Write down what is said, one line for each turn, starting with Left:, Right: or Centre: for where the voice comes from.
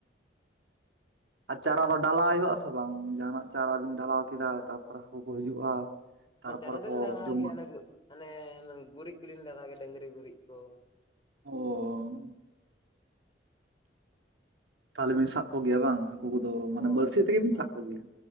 Right: ᱟᱨ ᱪᱟᱨᱟ ᱫᱚ ᱰᱞᱟᱟᱭ ᱦᱩᱭᱩᱜ ᱟᱥ ᱥᱮ ᱵᱟᱝ ᱡᱟᱦᱟᱱᱟᱜ ᱪᱟᱨᱟ ᱵᱤᱱ ᱫᱟᱞᱟᱣ ᱠᱮᱫᱟ, ᱛᱟᱯᱚᱨᱮ ᱦᱟᱹᱠᱩ ᱠᱚ ᱦᱤᱡᱩᱜᱼᱟ᱾ ᱛᱟᱨᱯᱚᱨᱮ
Left: ᱢ ᱪᱟᱨᱟ ᱫᱚᱞᱤᱧ
Right: ᱠᱚ
Left: ᱰᱟᱨᱟᱣ
Right: ᱡᱚᱢᱟ
Left: ᱜᱮᱭᱟ ᱚᱱᱮ ᱜᱩᱨᱤᱡ ᱠᱚᱞᱤᱧ ᱰᱟᱨᱟ ᱜᱮᱭᱟ ᱰᱟᱹᱝᱨᱤ ᱜᱩᱨᱤᱡ ᱠᱚ᱾
Right: ᱚ ᱛᱟᱦᱚᱞᱮ ᱵᱤᱱ ᱥᱟᱵ ᱠᱚᱜᱮᱭᱟ ᱵᱟᱝ ᱦᱟᱹᱠᱩ ᱠᱚᱫᱚ ᱢᱟᱱᱮ
Left: ᱦᱳᱭ
Right: ᱵᱟᱹᱲᱥᱤ ᱛᱮᱜᱮ ᱵᱤᱱ
Left: ᱚᱱᱟ
Right: ᱥᱟᱵ ᱠᱚᱜᱮᱭᱟ᱾